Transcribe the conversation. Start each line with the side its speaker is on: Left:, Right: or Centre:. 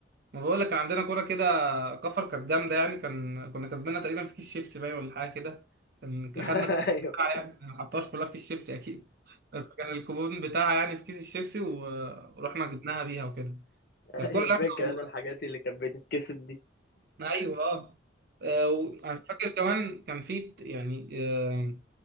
Right: ما بقول لك كان عندنا كوره كده كفر كانت جامده يعني كان كنا كسبنا تقريبا في كيس شيبسي باين ولا حاجه كده كان
Left: <laughs>
Right: خدنا الكوبون بتاعها
Left: ايوه
Right: يعني ما حطهاش كلها في كيس شيبسي اكيد بس كان الكوبون بتاعها يعني في كيس الشيبسي و- ورحنا جبناها بيها وكده كانت
Left: ايوه
Right: كوره جامده
Left: فاكر
Right: والله
Left: انا الحاجات اللي كانت بتتكسب
Right: ايوه اه آه، وانا فاكر كمان كان في يعني آه،